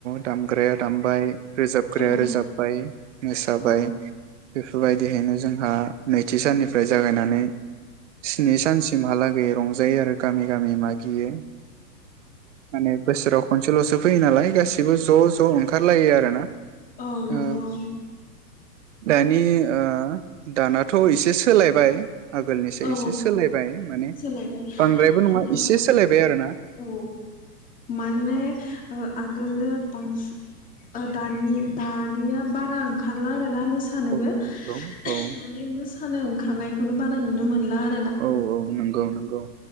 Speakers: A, on the right (about 50°); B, on the left (about 15°).
A: दामग्राया दामबाय रोजाबग्राया
B: औ
A: रोजाबबाय मोसाबाय
B: औ
A: बेफोरबायदिहैनो जोंहा नैथि साननिफ्राय जागायनानै स्नि सानसिमहालागै रंजायो आरो गामि गामि मागियो माने बोसोराव खनसे सल'सो फैयो नालाय गासिबो ज' ज' ओंखारलायो आरोना
B: औ
A: ओ
B: नंगौ
A: दानि ओ दाना दाथ' एसे सोलायबाय आगोलनिसो
B: औ
A: एसे सोलायबाय माने
B: सोलायबाय
A: बांद्रायबो नङा
B: दा
A: एसे सोलायबाय आरोना
B: औ माने
A: औ
B: ओ आगो <unintelligible> बांस दानि
A: औ
B: दानिया बारा बारा ओंखारला मोसानोबो
A: औ नंगौ औ
B: माने मोस मोसानो ओंखारनायखौनो बारा खो नुनो मोनला आरो
A: औ औ नंगौ नंगौ